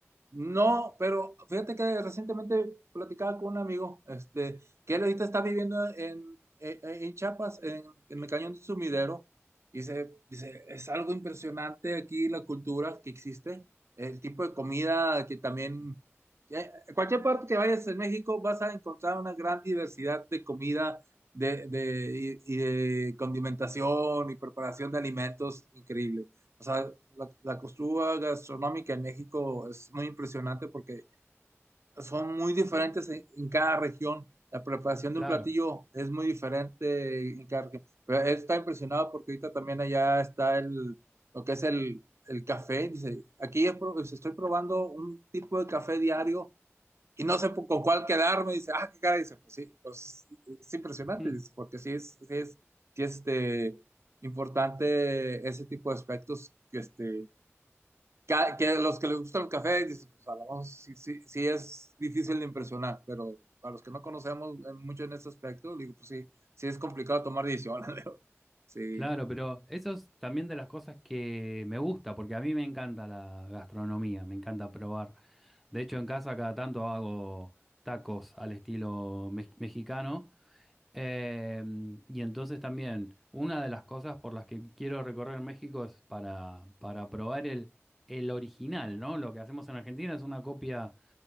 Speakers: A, on the right; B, in the centre.
A: No, pero fíjate que recientemente platicaba con un amigo, este, que él ahorita está viviendo en, en, en Chiapas, en, en el Cañón de Sumidero, y dice, dice, es algo impresionante aquí la cultura que existe, el tipo de comida que también, que en cualquier parte que vayas en México vas a encontrar una gran diversidad de comida de, de, y, y de condimentación y preparación de alimentos increíble. O sea, la, la costura gastronómica en México es muy impresionante porque son muy diferentes en, en cada región. La preparación
B: Claro.
A: de un platillo es muy diferente en cada región. Pero él está impresionado porque ahorita también allá está el, lo que es el, el café. Dice, aquí he pro- pues, estoy probando un tipo de café diario y no sé po- con cuál quedarme. Dice, ah, qué cara. Dice, pues sí, pues es, es impresionante.
B: Mm,
A: Dice, porque sí es, sí es, sí es, este, importante ese tipo de aspectos que este, ca- que los que les gusta el café, dices, pues a lo mejor sí, sí, sí es difícil de impresionar, pero para los que no conocemos eh, mucho en este aspecto, digo, pues sí, sí es complicado tomar decisiones, <laughs> Leo. Sí.
B: Claro, pero eso es también de las cosas que me gusta, porque a mí me encanta la gastronomía, me encanta probar. De hecho, en casa cada tanto hago tacos al estilo mex- mexicano. Eh, y entonces también, una de las cosas por las que quiero recorrer México es para, para probar el, el original, ¿no? Lo que hacemos en Argentina es una copia